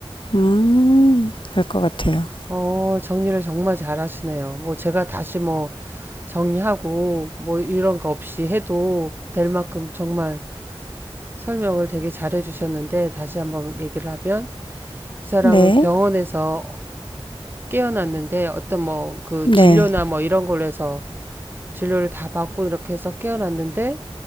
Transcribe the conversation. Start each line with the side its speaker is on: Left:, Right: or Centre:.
Left: 음, 알 것 같아요.
Right: 어, 정리를 정말 잘하시네요. 뭐 제가 다시 뭐 정리하고 뭐 이런 거 없이 해도 될 만큼 정말 설명을 되게 잘해 주셨는데 다시 한번 얘기를 하면 이 사람은
Left: 네,
Right: 병원에서 깨어났는데 어떤 뭐 그
Left: 네,
Right: 진료나 뭐 이런 걸로 해서 진료를 다 받고 이렇게 해서 깨어났는데